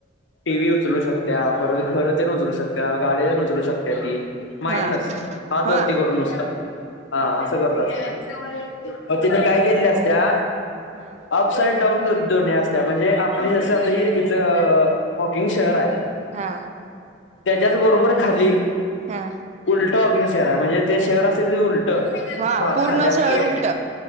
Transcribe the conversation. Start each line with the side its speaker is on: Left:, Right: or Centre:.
Left: टी व्ही उचलू शकत्या. परत घरन ते उचलू शकत्या. गाड्यान ते उचलू शकत्या. त माइंडनस
Right: हा
Left: हात
Right: हा
Left: वरती करून नुसता. हा अस करत असत्या. मग तिने काय केलेल्या असत्या
Right: हा
Left: अप साईड डाऊन दोन्ही असत्या. म्हणजे आपली जस आता ह इथ हॉकिंग शहर आहे.
Right: हा
Left: त्याच्याच बरोबर खाली
Right: हा
Left: उलट वॉकिंग शहर आहे. म्हणजे ते शहर असते तिथे उलट
Right: हा
Left: भाग
Right: पूर्ण
Left: खाली असतोय.
Right: सरळ उलट